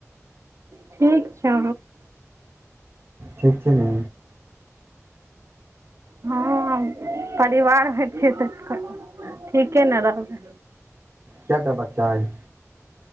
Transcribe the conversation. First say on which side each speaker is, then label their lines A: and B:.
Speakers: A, on the right; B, on the right.
A: ठीक छ
B: ठीक छै ने
A: हँ <unintelligible> परिवारमे छियै तऽ ठीके ने रहबै
B: केँ टा बच्चा ऐछ